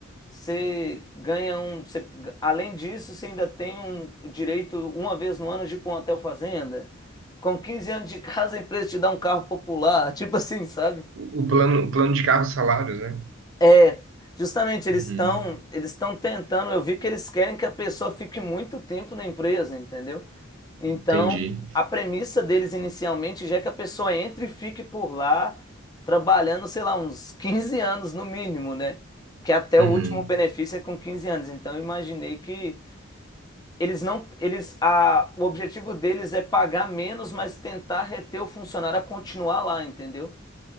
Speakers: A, on the left (about 20°); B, on the right (about 65°).
A: você ganha um... você- além disso, você ainda tem um o direito, uma vez no ano, de ir para um hotel fazenda. Com 15 anos de casa, a empresa te dá um carro popular. <laughs> Tipo assim, sabe?
B: O, o plano, o plano de carros salários, né?
A: É, justamente eles
B: Uhum.
A: estão eles estão tentando, eu vi que eles querem que a pessoa fique muito tempo na empresa, entendeu? Então,
B: Entendi.
A: a premissa deles inicialmente já é que a pessoa entre e fique por lá trabalhando, sei lá, uns 15 anos no mínimo, né? Que até
B: Uhum.
A: o último benefício é com 15 anos. Então, eu imaginei que eles não eles a o objetivo deles é pagar menos, mas tentar reter o funcionário a continuar lá, entendeu?